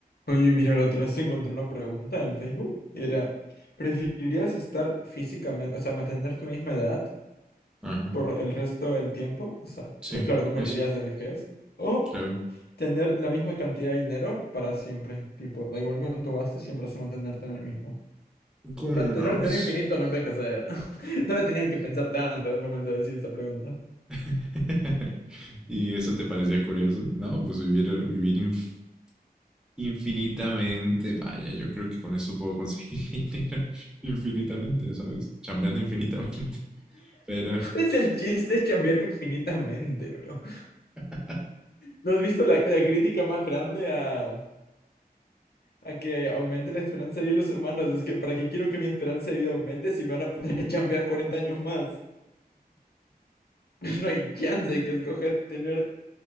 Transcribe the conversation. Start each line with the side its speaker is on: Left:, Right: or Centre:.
Left: Oye, mira, la otra vez te encontré una pregunta en Facebook y era, ¿preferirías estar físicamente, o sea, mantener tu misma edad
Centre: Ajá,
Left: por el resto del tiempo? O sea,
Centre: sí,
Left: porque claro, no morirías
Centre: eso,
Left: de vejez. ¿O
Centre: claro.
Left: tener la misma cantidad de dinero para siempre? Tipo, da igual cuánto gastes, siempre vas a mantenerte en el mismo.
Centre: Como,
Left: O sea, tener
Centre: no,
Left: dinero
Centre: pues...
Left: infinito, no envejecer. <laughs> No la tenías que pensar tanto al momento de decir esa pregunta.
Centre: <laughs> ¿Y eso te parecía curioso? No, pues vivir, vivir inf- infinitamente. Vaya, yo creo que con eso puedo conseguir <laughs> dinero infinitamente, ¿sabes? Chambeando infinitamente. Pero...
Left: Es el chiste, es cambiar infinitamente, bro.
Centre: <laughs>
Left: ¿No has visto la, la crítica más grande a, a que aumente la esperanza de vida de los humanos. Es que, ¿para qué quiero que mi esperanza de vida aumente si me van a poner a chambear 40 años más? <laughs> No hay chance de que escoja tener,